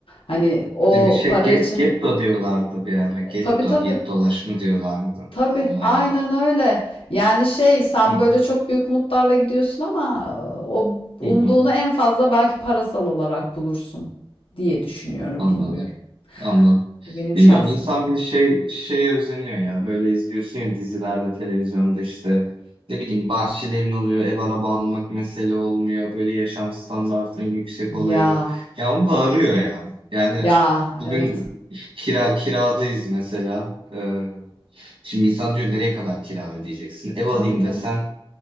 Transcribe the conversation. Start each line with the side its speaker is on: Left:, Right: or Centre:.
Left: Hani o
Right: Değil mi? Şey
Left: para
Right: get,
Left: için
Right: getto diyorlardı bir ara. Getto,
Left: tabii tabii.
Right: gettolaşma diyorlardı
Left: Tabii,
Right: Almanya'da.
Left: aynen öyle. Yani şey, sen
Right: Hı hı.
Left: böyle çok büyük umutlarla gidiyorsun ama e, o umduğunu
Right: Hı hı.
Left: en fazla belki parasal olarak bulursun diye düşünüyorum,
Right: Anladım.
Left: bilmiyorum.
Right: Anladım.
Left: Bu benim
Right: Bilmiyorum
Left: şahsi
Right: insan
Left: düşüncem.
Right: bir şey şeye özeniyor ya. Böyle izliyorsun ya dizilerde, televizyonda işte ne bileyim bahçeli evin oluyor, ev araba almak mesele olmuyor. Böyle yaşam standartın yüksek oluyor.
Left: Ya,
Right: Ya onu da arıyor ya. Yani
Left: ya,
Right: bugün
Left: evet.
Right: kira kiradayız mesela. Ee, şimdi insan diyor nereye kadar kira ödeyeceksin? Ev alayım
Left: Tabii tabii.
Right: desen